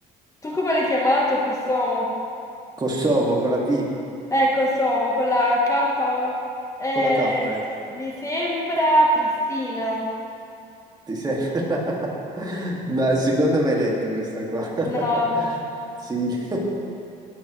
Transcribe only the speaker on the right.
Kosovo con la V,
con la K. eh.
Ti sei... <laughs> Dai, secondo me hai letto questa qua. <laughs>
Sì. <laughs>